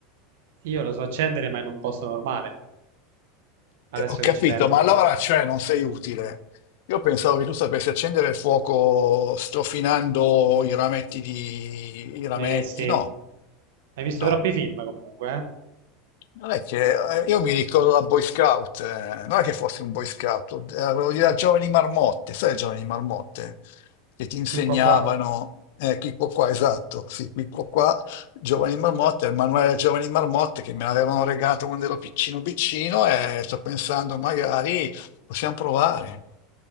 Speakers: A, on the right; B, on the left.
A: Io lo so accendere ma in un posto normale, adesso
B: Eh, ho capito,
A: che ci penso.
B: ma allora cioè non sei utile. Io pensavo che tu sapessi accendere il fuoco strofinando i rametti di... i rametti.
A: Eh sì,
B: No,
A: hai visto
B: no.
A: troppi film comunque, eh?
B: Non è che eh, io mi ricordo da Boy Scout, eh, non è che fossi un Boy Scout, eh, avevo dire giovani marmotte, sai le giovani marmotte che ti insegnavano,
A: Qui qua qua.
B: eh, qui qua qua, esatto, sì, qui qua qua, giovani marmotte, il manuale dei giovani marmotte che me l'avevano regalato quando ero piccino piccino e sto pensando magari possiamo provare.